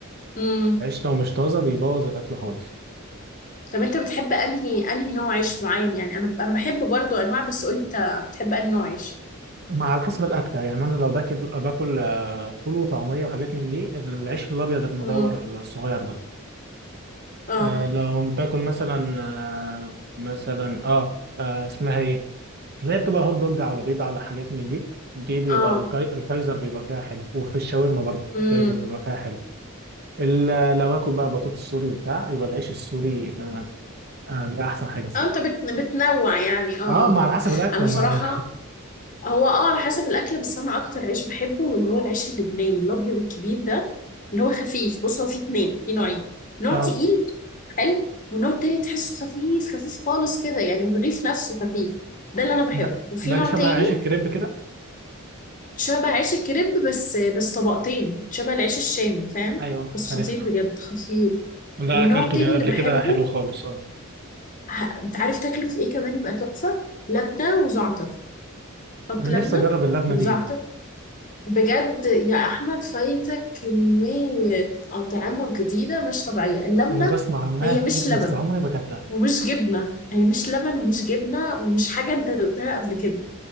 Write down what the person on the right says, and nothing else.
العيش لو مش طازة بيبوظ الأكل خالص
مع على حسب الأكلة يعني أنا لو باكل باكل آه، فول وطعمية وحاجات من دي العيش الأبيض المدور
الصغير ده
آه لو بتاكل مثلا آه مثلا اه, آه اسمها ايه اللي هي بتبقى هوت دوج على بيض على حاجات من دي دي بيبقى
الكاي... الكايزر بيبقى فيها حلو وفي الشاورما برضه
الكايزر بيبقى فيها حلو ال- لو اكل بقى بطاطس سوري وبتاع يبقى العيش السوري آه آه ده احسن حاجه الصراحه
اه ما على
حسب الاكل
ما
<laughs>
اه
ده,
ده
اللي شبه
عيش الكريب كده
ايوه
عرفته
ده
اكلته
جا-
قبل
كده حلو خالص اه
انا
نفسي اجرب اللبنه
دي جدا
انا بسمع عنها
كتير
بس عمري ما اكلتها